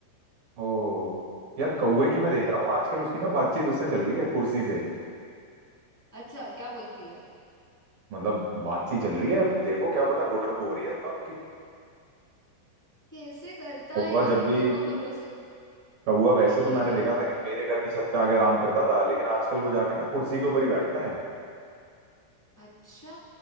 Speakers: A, on the right; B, in the centre.
A: ओ यार कौवे की मैं देख
B: दे-
A: रहा हूँ आजकल उसकी ना बातचीत उससे चल रही है कुर्सी से
B: अच्छा क्या बोलती है
A: मतलब बातचीत चल रही है अब देखो क्या पता गुटरगू हो रही है उन दोनों की
B: कैसे करता
A: कौवा
B: है यार
A: जब
B: ये
A: भी
B: कौवा भरोसे
A: कौवा वैसे
B: नहीं
A: तो
B: है
A: मैंने
B: यार
A: देखा था कि मेरे घर की छत पे आके आराम करता था लेकिन आजकल वो जाके ना कुर्सी के ऊपर ही बैठता है
B: अच्छा